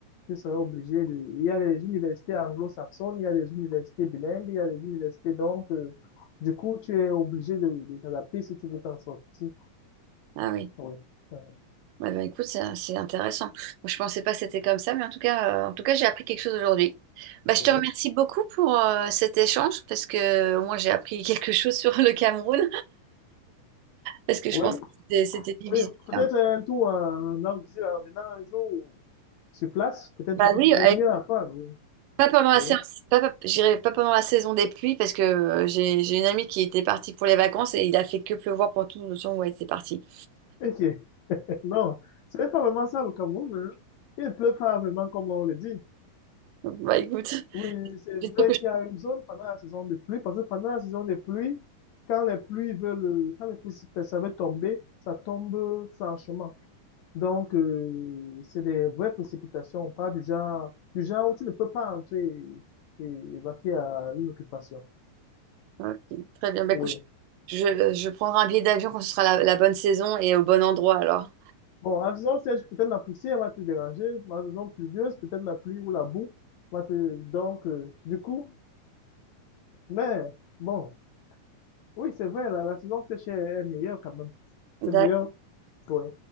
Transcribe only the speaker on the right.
ah oui.
Ouais, bah, écoute, c'est c'est intéressant. Moi, je pensais pas que c'était comme ça, mais en tout cas, euh, en tout cas, j'ai appris quelque chose aujourd'hui. Bah, je
te remercie beaucoup pour euh, cet échange parce que au moins j'ai appris <laughs> quelque chose sur le Cameroun parce que je
pensais que c'était c'était divisé.
hein.
Bah
oui,
Pas pendant la
séance, pas, pas- j'irai pas pendant la saison des pluies parce que euh, j'ai j'ai une amie qui était partie pour les vacances et il a fait que pleuvoir pendant tout le temps où elle était partie.
Donc, bah écoute,
<laughs>
j'espère que je...
<laughs>
Ok, très bien. Bah
écoute, je, je, je prendrai un billet d'avion quand ce sera la, la bonne saison et au bon endroit alors.
D'ac-